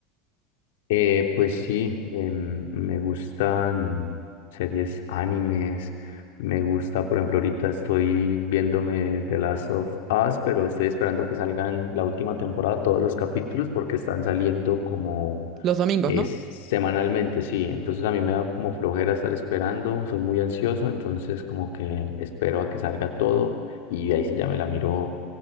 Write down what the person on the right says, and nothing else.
Los domingos,
¿no?